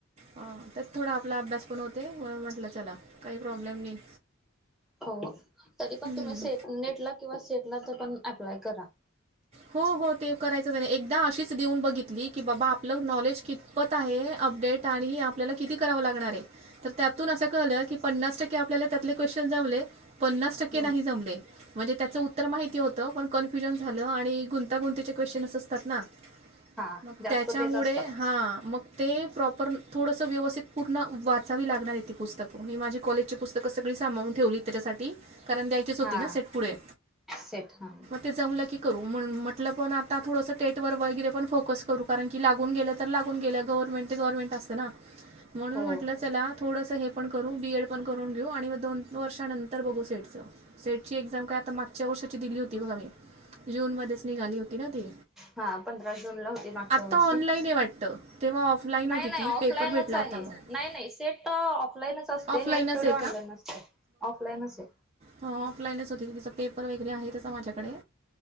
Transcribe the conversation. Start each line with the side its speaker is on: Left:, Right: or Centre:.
Right: ह तेत थोडा आपला अभ्यास पण होतेम्हणून म्हटलं चला काही प्रॉब्लेम नाही
Centre: हो तरी पण
Right: हम्म.
Centre: तुम्ही से नेट ला किंवा सेट ला तर अप्लाय करा
Right: हो हो ते करायचंच एकदा शां च देऊन बघितली की बाबा आपलं नॉलेज कितपत आहे अपडेट आणि आपल्याला किती करावं लागणार आहे तर त्यातून असं कळलं की पन्नासआपल्याला त्यातले क्वेश्चन जावले पन्नास टक्के
Centre: हम्म
Right: नाही जमले म्हणजे त्याचं उत्तर माहिती होतं पण कन्फ्युजन झालं आणि गुंतागुंतीचे क्वेश्चन असतात ना
Centre: हा
Right: मग
Centre: जास्त
Right: त्याच्यामुळे
Centre: तेच असतात
Right: हा मग ते प्रॉपर थोडसं व्यवस्थित पूर्ण वाचावी लागणार यी पुस्तकं मी माझी कॉलेज च पुस्तक सगळी सांभाळून ठेवली त्याच्यासाठी कारण द्यायचीच होती
Centre: हा
Right: ना सेट पुढे
Centre: सेट हा
Right: ते जमलं की करू म्हटलं पण आता थोडसं स्टेट ववर वगैरे पण फोकस करू कारण की लागून गेलं तर लागून गेलं गव्हर्मेंट ते गोरमेंट असतना म्हणून
Centre: हो
Right: म्हटलं चला थोडंसं हे पण करू बी एड पण करून घेऊ आणि मग दोन वर्षानंतर बघू सेटचं सेट ची एक्झाम काय आता मागच्या वर्षाची दिली होती बघा मी जुन मध्येच निघाली होती ना ती
Centre: हा पंधरा जुन ला होती मागच्या
Right: आत्ता
Centre: वर्षी
Right: ऑनलाईन वाटतं तेव्हा ऑफलाईन होती
Centre: नाही नाही
Right: ती
Centre: ऑफलाईनच
Right: पेपर भेटला
Centre: आहे
Right: होता मग
Centre: नाही नाही सेट ऑफलाईनच असते
Right: ऑफलाईनच
Centre: नेट थव
Right: आहे
Centre: ऑनलाईन असते ऑफलाईन असे
Right: ह ऑफलाईनच होती तिचां पेपर वगैरे आहे तस माझ्याकडे